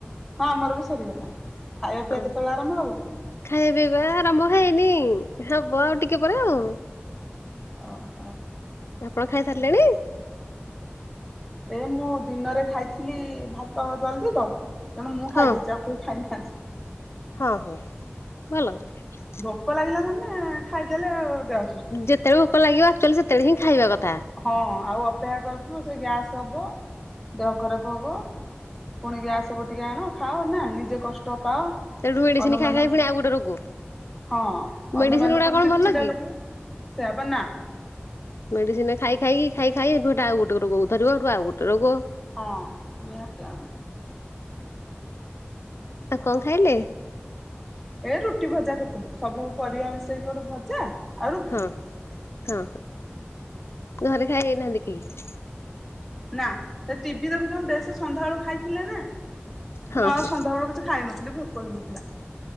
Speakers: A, in the centre; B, on the left (about 80°).
A: ହଁ ଆମର ବି ସରିଗଲାଣି। ଖାଇବା ପିଇବା
B: ହଁ।
A: କେତେବେଳେ ଆରମ୍ଭ ହବ?
B: ଖାଇବା ପିଇବା ଆରମ୍ଭ ହେଇନି ହବ ଆଉ ଟିକେ ପରେ ଆଉ।
A: ଓହୋ।
B: ଆପଣ ଖାଇ ସାରିଲେଣି।
A: ଏ ମୁଁ ଦିନରେ ଖାଇଥିଲି ଭାତ ଜଲ୍ଦି ତ ତେଣୁ ମୁଁ
B: ହଁ
A: ଖାଇଦେଇଛି ଆଉ। ସେ ଖାଇନାହାନ୍ତି?
B: ହଁ ହଁ ଭଲ କରି
A: ଭୋକ ଲାଗିଲା ମାନେ ଖାଇଦେଲେ ଆଉ ଯା
B: ଯେତେବେଳେ ଭୋକ ଲାଗିବ ଆକଚୁଆଲି ସେତେବେଳେ ହିଁ ଖାଇବା କଥା।
A: ହଁ ଆଉ ଅପେକ୍ଷା କରୁଥିଲୁ ସେ ଗ୍ୟାସ୍ ହବ ଦେହ ଖରାପ ହବ। ପୁଣି ଗ୍ୟାସ ବଟିକା ଆଣ ଖାଅ ନା ନିଜେ କଷ୍ଟ ପାଅ।
B: ସେଠୁ ମେଡିସିନ
A: ଅନ୍ୟମାନଙ୍କୁ
B: ଖାଇ ଖାଇ ପୁଣି ଆଉ ଗୋଟେ ରୋଗ।
A: ହଁ
B: ମେଡିସିନ
A: ଅନ୍ୟମାନଙ୍କୁ
B: ଗୁଡା
A: ପୁଣି
B: କଣ
A: ଚିଡ଼
B: ଭଲ
A: ଚିଡ଼ା
B: କି?
A: ଲାଗିବ। ସେଇୟା ପା ନା।
B: ମେଡିସିନ ଖାଇ ଖାଇ କି ଖାଇ ଖାଇ ହେଠୁ ଆଉ ଗୋଟେ ରୋଗକୁ ଧରିବ ଆଉ ଗୋଟେ ରୋଗ
A: ହଁ ନିହାତି ଆଉ।
B: ଆଉ କଣ ଖାଇଲେ?
A: ଏ ରୁଟି ଭଜା କରିଥିଲି, ସବୁ ପରିବା ମିଶେଇକି ଗୋଟେ ଭଜା। ଆଉ ରୁଟି।
B: ହଁ ହଁ ଘରେ ଖାଇ ନାହାନ୍ତି କେହି?
A: ନା ସେ, ଟିଭି ଦେଖୁଛନ୍ତି, ଦେସେ ସନ୍ଧ୍ୟାବେଳୁ ଖାଇଥିଲେ ନା।
B: ହଁ
A: ମୁଁ ଆଉ
B: ହଁ
A: ସନ୍ଧ୍ୟା ବେଳୁ କିଛି ଖାଇନଥିଲି ଭୋକ ହେଇନଥିଲା।